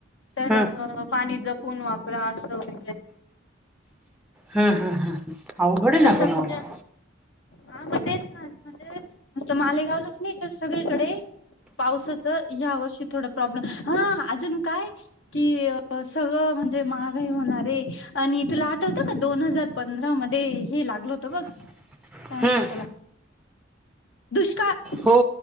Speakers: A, on the left; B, in the centre.
A: तर
B: हम्म
A: पाणी जपून वापरा असं वगैरे.
B: हम्म-हम्म-हम्म अवघड ना
A: तसं
B: हे ग
A: म्हणजे
B: मग.
A: हा मग तेच ना. म्हणजे नुसतं मालेगावलाच नाही, तर सगळीकडे पावसाचं या वर्षी थोडं प्रॉब्लेम हा अजून काय- कि सगळं म्हणजे महागाई होणार आहे आणि तुला आठवतं का दोन हजार- पंधरा मध्ये हे लागल होतं बघ-
B: <unintelligible> <inaudible>
A: काय म्हणतात
B: हम्म
A: त्याला? दुष्काळ-
B: हो.